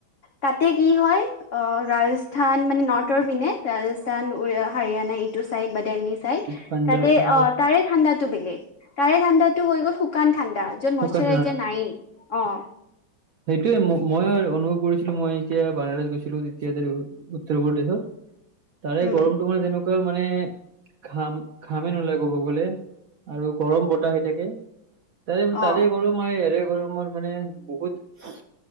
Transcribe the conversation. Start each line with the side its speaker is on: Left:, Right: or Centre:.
Left: তাতে কি হয় অ' ৰাজস্থান মানে নৰ্থৰ পিনে ৰাজস্থান হাৰিয়ানা সেইটো চাইড বা দিল্লী চাইড
Right: পাঞ্জাব
Left: তাতে
Right: এনেকুৱা
Left: অ' তাৰে ঠাণ্ডা ত' বেলেগ তাৰে ঠাণ্ডাটো হৈ গ'ল শুকান ঠাণ্ডা
Right: শুকান
Left: মশ্বৰাইজাৰ নায়েই অ'।
Right: সেইটোৱেই মইয়ো অনুভৱ কৰিছিলো মই এতিয়া বানাৰছ গৈছিলো তেতিয়া উত্তৰ প্ৰদেশত তাৰে
Left: উম
Right: গৰমটো মানে তেনেকুৱা মানে ঘাম ঘামেই নোলায় ক'ব গ'লে আৰু গৰম বতাহ আহি থাকে তাৰে তাৰে
Left: অ
Right: গৰম মই ইয়াৰে গৰমৰ মানে বহুত